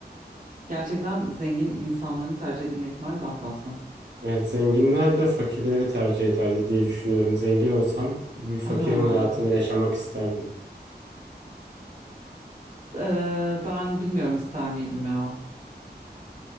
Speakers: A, on the right; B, on the right.
A: Gerçekten zengin insanların tercih edilme ihtimali daha fazla.
B: Evet zenginler de fakirleri tercih ederdi diye düşünüyorum. Zengin olsam bir fakirin
A: Ha,
B: hayatını yaşamak isterdim.
A: eee, ben bilmiyorum ister miydim ya.